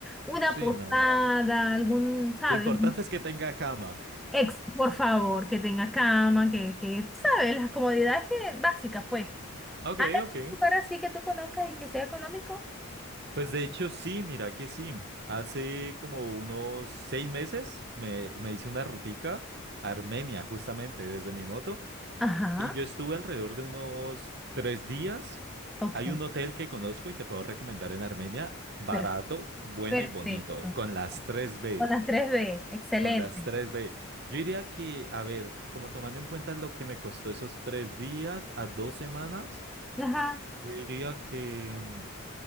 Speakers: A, in the centre; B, on the right.
A: Una
B: Sí,
A: posada,
B: no.
A: algún, ¿sabes?
B: Lo importante es que tenga cama.
A: Ex, por favor, que tenga cama, que, que, tú sabes, las comodidades que, básicas, pues.
B: Ok,
A: Hay
B: ok.
A: algún lugar así que tú conozcas y que sea económico.
B: Pues de hecho sí, mira que sí. Hace como unos seis meses me, me hice una rutica a Armenia, justamente desde mi moto.
A: Ajá,
B: Y yo estuve alrededor de unos tres días.
A: ok,
B: Hay un hotel que conozco y te puedo recomendar en Armenia, barato,
A: per-
B: bueno
A: perfecto.
B: y bonito, con las tres b
A: Con las tres b excelente.
B: con las tres b Yo diría que, a ver, como tomando en cuenta lo que me costó esos tres días a dos semanas,
A: Ajá,
B: yo diría que, mm,